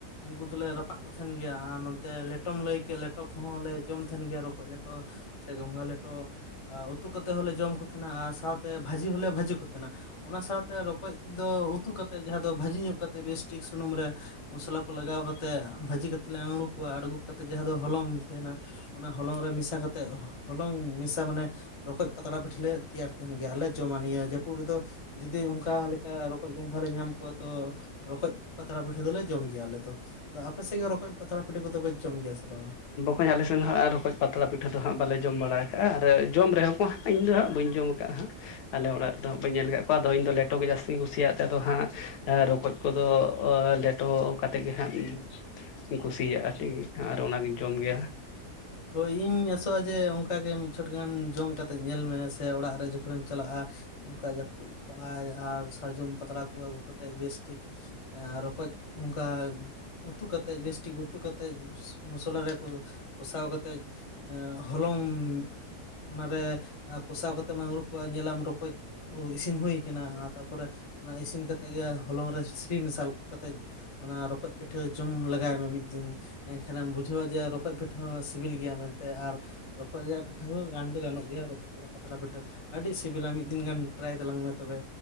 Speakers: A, on the left; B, on the left.
A: ᱩᱱᱠᱩ ᱫᱚᱞᱮ ᱨᱟᱯᱟᱜ ᱠᱚ ᱛᱟᱦᱮᱱ ᱜᱮᱭᱟ ᱟᱨ ᱱᱚᱛᱮ ᱞᱮᱴᱚᱢ ᱞᱟᱹᱭ ᱠᱮᱫ ᱞᱮᱴᱚ ᱠᱚᱦᱚᱸ ᱞᱮ ᱡᱚᱢ ᱛᱟᱦᱮᱱ ᱜᱮᱭᱟ ᱨᱚᱠᱚᱡ ᱞᱮᱴᱚ ᱥᱮ ᱜᱚᱝᱜᱷᱟ ᱞᱮᱴᱚ ᱩᱛᱩ ᱠᱟᱛᱮᱫ ᱦᱚᱸᱞᱮ ᱡᱚᱢ ᱠᱚ ᱛᱟᱦᱮᱱᱟ ᱟᱨ ᱥᱟᱶᱛᱮ ᱵᱷᱟᱹᱡᱤ ᱦᱚᱸᱞᱮ ᱵᱷᱟᱹᱡᱤ ᱠᱚ ᱛᱟᱦᱮᱱᱟ ᱚᱱᱟ ᱥᱟᱶᱛᱮ ᱨᱚᱠᱚᱡ ᱫᱚ ᱩᱛᱩ ᱠᱟᱛᱮᱫ ᱡᱟᱦᱟᱸ ᱫᱚ ᱵᱷᱟᱹᱡᱤ ᱧᱚᱜ ᱠᱟᱛᱮ ᱵᱮᱥᱴᱷᱤᱠ ᱥᱩᱱᱩᱢ ᱨᱮ ᱢᱚᱥᱞᱟ ᱠᱚ ᱞᱟᱜᱟᱣ ᱠᱟᱛᱮᱜ ᱵᱷᱟᱹᱡᱤ ᱠᱟᱛᱮᱜ ᱞᱮ ᱟᱬᱜᱩ ᱠᱚᱣᱟ ᱟᱬᱜᱩ ᱠᱟᱛᱮ ᱡᱟᱦᱟᱸ ᱫᱚ ᱦᱚᱞᱚᱝ ᱛᱟᱦᱮᱱᱟ ᱚᱱᱟ ᱦᱚᱞᱚᱝ ᱨᱮ ᱢᱮᱥᱟ ᱠᱟᱛᱮᱜ ᱦᱚᱞᱚᱝ ᱢᱮᱥᱟ ᱢᱟᱱᱮ ᱨᱚᱠᱚᱡ ᱯᱟᱛᱲᱟ ᱯᱤᱴᱷᱟᱹ ᱞᱮ ᱛᱮᱭᱟᱨ ᱛᱟᱦᱮᱱ ᱜᱮᱭᱟ ᱟᱨᱞᱮ ᱡᱚᱢᱟ ᱱᱤᱭᱟᱹ ᱡᱟᱹᱯᱩᱫ ᱨᱮᱫᱚ ᱡᱩᱫᱤ ᱚᱱᱠᱟ ᱞᱮᱠᱟ ᱨᱚᱠᱚᱡ ᱜᱚᱸᱜᱷᱟ ᱞᱮ ᱧᱟᱢ ᱠᱚᱣᱟ ᱛᱚ ᱨᱚᱠᱚᱡ ᱯᱟᱛᱲᱟ ᱯᱤᱴᱷᱟᱹ ᱫᱚᱞᱮ ᱡᱚᱢ ᱜᱮᱭᱟ ᱟᱞᱮ ᱫᱚ ᱟᱫᱚ ᱟᱯᱮ ᱥᱮᱫ ᱜᱮ ᱨᱚᱠᱚᱡ ᱯᱟᱛᱲᱟ ᱯᱤᱴᱷᱟᱹ ᱠᱚᱫᱚᱯᱮ ᱡᱚᱢ ᱜᱮᱭᱟ ᱥᱮ ᱵᱟᱝ ᱟ?
B: ᱦᱚᱭ ᱟᱞᱮᱥᱮᱱ ᱫᱚ ᱦᱟᱸᱜ ᱟᱨ ᱨᱚᱠᱚᱡ ᱯᱟᱛᱲᱟ ᱯᱤᱴᱷᱟᱹ ᱫᱚ ᱦᱟᱸᱜ ᱵᱟᱞᱮ ᱡᱚᱢ ᱵᱟᱲᱟ ᱟᱠᱟᱜᱼᱟ ᱟᱨ ᱡᱚᱢ ᱨᱮᱦᱚᱸ ᱠᱚ ᱦᱟᱸᱜ ᱤᱧᱫᱚ ᱦᱟᱸᱜ ᱵᱟᱹᱧ ᱡᱚᱢ ᱟᱠᱟᱫ ᱦᱟᱸᱜ ᱟᱞᱮ ᱚᱲᱟᱜ ᱨᱮᱫᱚ ᱵᱟᱹᱧ ᱧᱮᱞ ᱟᱠᱟᱫ ᱠᱚᱣᱟ ᱟᱫᱚ ᱤᱧ ᱫᱚ ᱞᱮᱴᱚ ᱜᱮ ᱡᱟᱹᱥᱛᱤᱧ ᱠᱩᱥᱤᱭᱟᱜ ᱛᱮ ᱟᱫᱚ ᱦᱟᱸᱜ ᱨᱚᱠᱚᱡ ᱠᱚᱫᱚ ᱞᱮᱴᱚ ᱠᱟᱛᱮᱜ ᱜᱮ ᱦᱟᱸᱜ ᱠᱩᱥᱤᱭᱟᱜᱼᱟ <unintelligible> ᱟᱨ ᱚᱱᱟᱜᱤᱧ ᱡᱚᱢ ᱜᱮᱭᱟ
A: ᱦᱳᱭ ᱤᱧ ᱟᱥᱚᱜᱼᱟ ᱡᱮ ᱚᱱᱠᱟᱜᱮ ᱢᱤᱫ ᱪᱷᱚᱴ ᱜᱟᱱ ᱡᱚᱢ ᱠᱟᱛᱮᱜ ᱧᱮᱞ ᱢᱮ ᱥᱮ ᱚᱲᱟᱜ ᱨᱮ ᱡᱚᱠᱷᱚᱱᱮᱢ ᱪᱟᱞᱟᱜᱼᱟ ᱱᱚᱝᱠᱟ ᱡᱟᱹᱯᱩᱫ ᱠᱟᱜᱼ ᱟᱭ ᱟᱨ ᱥᱟᱨᱡᱚᱢ ᱯᱟᱛᱲᱟ ᱠᱚ ᱟᱹᱜᱩ ᱠᱟᱛᱮᱫ ᱵᱮᱥᱴᱷᱤᱠ ᱨᱚᱠᱚᱡ ᱚᱱᱠᱟ ᱩᱛᱩ ᱠᱟᱛᱮ ᱵᱮᱥᱴᱷᱤᱠ ᱩᱛᱩ ᱠᱟᱛᱮᱜ ᱢᱚᱥᱞᱟ ᱨᱮᱠᱚ ᱠᱚᱥᱟᱣ ᱠᱟᱛᱮᱜ ᱮᱸᱻ ᱦᱚᱞᱚᱝ ᱚᱱᱟᱨᱮ ᱠᱚᱥᱟᱣ ᱠᱟᱛᱮᱢᱟ ᱝᱜᱽᱨᱩ ᱠᱚᱣᱟ ᱧᱮᱞᱟᱢ ᱨᱚᱠᱚᱡ ᱦᱩᱭ ᱤᱥᱤᱱ ᱦᱩᱭ ᱠᱟᱱᱟ ᱛᱟᱨᱯᱚᱨᱮ ᱚᱱᱟ ᱤᱥᱤᱱ ᱠᱟᱛᱮᱫ ᱜᱮ ᱦᱚᱞᱚᱝ ᱨᱮ ᱥᱤᱯᱤ ᱢᱮᱥᱟᱞ ᱠᱟᱛᱮᱫ ᱚᱱᱟ ᱨᱚᱠᱚᱡ ᱯᱤᱴᱷᱟᱹ ᱡᱚᱢ ᱞᱮᱟᱜᱟᱭ ᱢᱮ ᱢᱤᱫ ᱫᱤᱱ ᱮᱱᱠᱷᱟᱱᱮᱢ ᱵᱩᱡᱷᱟᱹᱣᱟ ᱡᱮ ᱨᱚᱠᱚᱡ ᱯᱤᱴᱷᱟᱹ ᱯᱤᱴᱷ ᱦᱚᱸ ᱥᱤᱵᱤᱞ ᱜᱮᱭᱟ ᱢᱮᱱᱛᱮ ᱟᱨ ᱨᱚᱠᱚᱡ ᱨᱮᱭᱟᱜ ᱯᱤᱴᱷ ᱯᱤᱴᱷᱟᱹ ᱦᱚᱸ ᱜᱟᱱ ᱫᱚ ᱜᱟᱱᱚᱜ ᱜᱮᱭᱟ ᱨᱚᱯᱚᱜ ᱜᱮᱭᱟ ᱯᱟᱛᱲᱟ ᱯᱤᱴᱷᱟᱹ ᱟᱹᱰᱤ ᱥᱤᱵᱤᱞᱟ ᱢᱤᱫ ᱫᱤᱱ ᱜᱟᱱ ᱴᱨᱟᱭ ᱛᱟᱞᱟᱝ ᱢᱮ ᱛᱚᱵᱮ